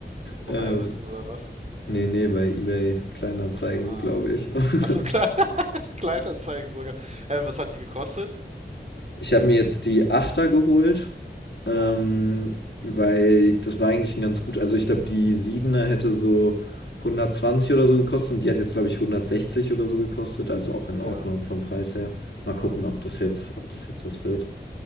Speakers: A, on the right; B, on the left.
A: Aber
B: ähm,
A: bei Amazon oder was?
B: nee, nee, bei eBay Kleinanzeigen,
A: Achso, ah.
B: glaube ich. <laughs>
A: Achso, klar, <laughs> Kleinanzeigen sogar. Ähm, was hat die gekostet?
B: Ich habe mir jetzt die Achter geholt, ähm,
A: Ja,
B: weil das war eigentlich ein ganz gut, also ich glaube, die Siebener hätte so 120 oder so gekostet und die hat jetzt, glaube ich, 160 oder so gekostet, also auch in
A: ja,
B: Ordnung vom Preis her. Mal
A: ja.
B: gucken, ob das jetzt, ob das jetzt was wird.